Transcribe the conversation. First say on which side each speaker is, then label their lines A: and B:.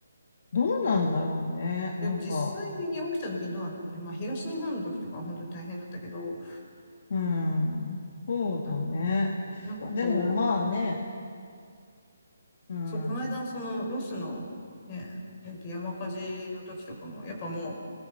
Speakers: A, on the left; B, on the left.
A: どうなんだろうね。
B: でも実際に起きた時にどうなんだろうね。
A: なんか、
B: まあ東日本の時とかは本当に大変だったけど、
A: うん。そうだね。
B: うんなんかこう、
A: でもまあね、
B: うん
A: うん。
B: そう、この間、その、ロスの、ね、えっと、山火事の時とかも、やっぱも